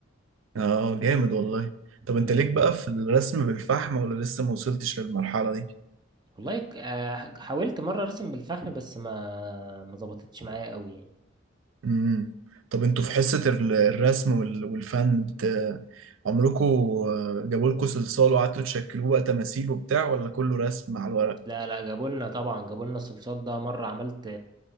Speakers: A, on the right; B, on the right.
A: اه جامد والله طب انت
B: مم.
A: ليك بقى في الرسم بالفحم ولا لسه ما وصلتش للمرحلة دي
B: والله ك- آه، حاولت مره ارسم بالفحم بس ما ما ظبطتش معايا قوي يعني
A: امم طب انتوا في حصة ال- الرسم وال- والفن بت... عمركوا جابوا لكم صلصال وقعدتوا تشكلوه بقى تماثيل وبتاع ولا كله رسم على الورق
B: لا لا جابوا لنا طبعا جابوا لنا الصلصال ده مره عملت